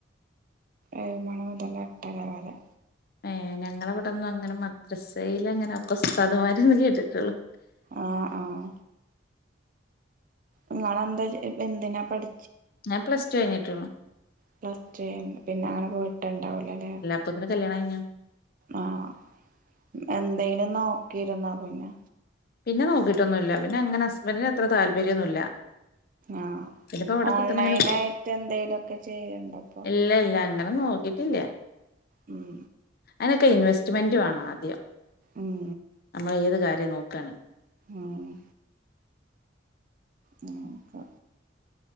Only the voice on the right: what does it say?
ഏഴ് മണി മുതൽ എട്ടര വരെ
ആഹ് ആഹ് ഇങ്ങളെ എന്തേച്ച് എ എന്തിനാ പഠി
പ്ലസ് ടു കഴിഞ്ഞ് പിന്നെ അങ്ങനെ പോയിട്ട് ഇണ്ടാവുല്ലല്ലേ
ആഹ് ഉം എന്തേങ്കിലും നോക്കിരുന്നോ പിന്നെ
ആഹ്
ഓൺലൈനായിട്ട്
എന്തേലൊക്കെ ചെയ്യ്ണ്ടോ ഇപ്പോ
ഉം
ഉം
ആഹ് നോക്കാ